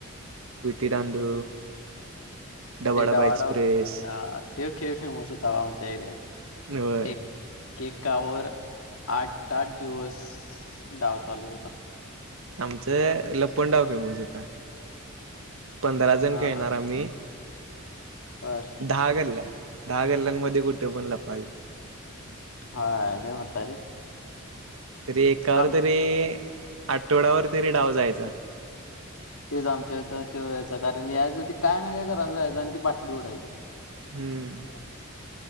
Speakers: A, on the right (about 70°); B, on the left (about 80°).
A: विटी दांडू डबाडबा
B: ते डवाड
A: एक्सप्रेस
B: अ ते खेळ आमच्या एरियात
A: होय.
B: एका वर आठ आठ दिवस डाव चालू होता.
A: आमचं लपंडाव फेमस होता. पंधरा जण
B: हा
A: खेळणार
B: हा
A: आम्ही.
B: बर
A: दहा गल्ल्या दहा गल्ल्यांमध्ये कुठ पण लप
B: हा लई मोठा आहे रे
A: रे काल
B: आम
A: तरी आठवडा वर तरी डाव जायचा
B: तेच आमच्याथ ते यायचा, कारण यायचं ते काय नाही काय करायला जायचं, आणि ती बाटली उडायची.
A: हम्म.